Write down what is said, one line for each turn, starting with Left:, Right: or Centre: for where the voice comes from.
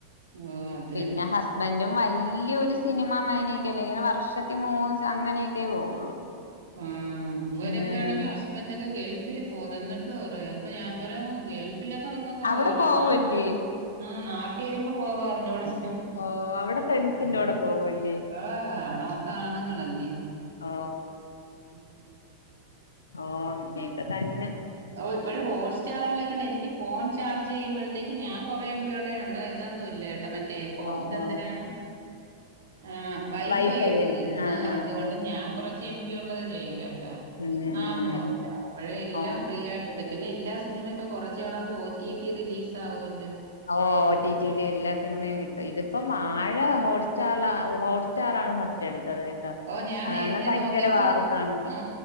Right: ഓ അതെ
Left: പിന്ന ഹസ് ബന്റും വല്യയൊരു സിനിമ മാനേക്കെല്ല ഇങ്ങനെ വർഷത്തി മൂന്ന് അങ്ങനെയൊക്കെ പോവുള്ളു
Right: ഉം ഇവരൊക്കെ
Left: ഉം
Right: ആണെങ്കി ഹസ് ബന്റൊക്കെ ഗൾഫിൽ പോന്ന് എന്നിട്ട് പറയാ അപ്പൊ ഞാൻ പറയാ ഗൾ ഫിലൊക്കെ നിങ്ങൾക്ക് പോവാറിയ,
Left: അവിടെ പോവൂല്ലേ
Right: നാട്ട് ആഹ് നാട്ടി വരുമ്പോ പോവാ അറിഞ്ഞൂടാ
Left: ഓ അവിടെ ഫ്രണ്ട്സിന്റെ കൂടെ പോവൂല്ലേ
Right: ആഹ് അവിട മൊത്ത ആണുങ്ങളല്ലേ
Left: ഓ
Right: ഉം
Left: ഓ നീക്കെ തന്നെ
Right: ഓഹ് ഇപ്പൊഴ് ഹോട്ട് സ്റ്റാറ് ഇള്ളേക്കണ്ട് എനിക്ക് ഫോൺ ചാർജ് ചെയ്യുമ്പോഴത്തേക്ക് ഞാൻ കുറെ എം പി ഉള്ള ആണ് ഇവിടെ ഇതൊന്നും ഇല്ല മറ്റേ ഹോ
Left: ഓ
Right: ഇതെന്തരാനാണ്?
Left: ഓ
Right: ആ വൈ
Left: വൈഫൈ
Right: ഫൈ ഒന്നുംല്ല
Left: അല്ലേ ആ
Right: ആഹ്
Left: ആ
Right: അതുകൊണ്ട്
Left: ആ
Right: ഞാൻ കുറച്ച് എം ബി ഉള്ളത് ചെയ്യും കേട്ടാ
Left: ഉം
Right: ആഹ്
Left: ഉം
Right: നൂറ്ന്റെ
Left: ഉം
Right: അപ്പൊഴും എല്ലാം
Left: ഓ
Right: യിട്ടിടും. പിന്നെ എല്ലാ സിനിമയും ഇപ്പൊ കുറച്ച് നാളാവുമ്പോ ഓ റ്റി ഏറ്റിയത് റിലീസ് ആകുവല്ലോ
Left: ഓഹ് ഓ ടി ടി യില് എല്ലാ സിനിമയും കിട്ടും. ഇതിപ്പം വാഴ ഹോട്ട്സ്റ്റാർലാ ഹോട്ട് സ്റ്റാർ ആണ് ഫസ്റ്റ് എടുത്തത്
Right: ഓ ഞാൻ
Left: അതാണ്
Right: നേരത്തെ
Left: ഭയങ്കര
Right: നോക്കിയപ്പോ
Left: വാർത്താണൊക്കെ
Right: ഓ